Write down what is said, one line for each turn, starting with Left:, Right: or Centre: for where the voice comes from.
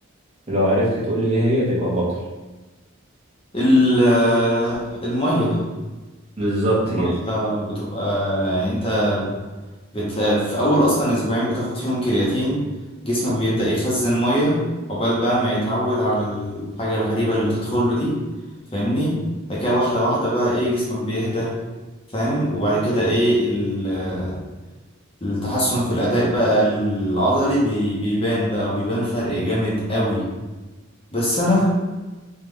Right: لو عرفت تقول لي ايه هي تبقى بطل
Left: ال- المية
Right: بالظبط
Left: المية
Right: كده
Left: بتبقى يعني انت بت... في اول اصلا اسبوعين بتاخد فيهم كرياتين جسمك بيبدأ يخزن مية عقبال بقى ما يتعود على الحاجة الغريبة اللي بتدخله دي فاهمني بعد كده واحدة واحدة بقى ايه جسمك بيهدى فاهم وبعد كده ايه ال- التحسن في الاداء بقى العضلي بي... بيبان بقى وبيبان فرق جامد قوي بس انا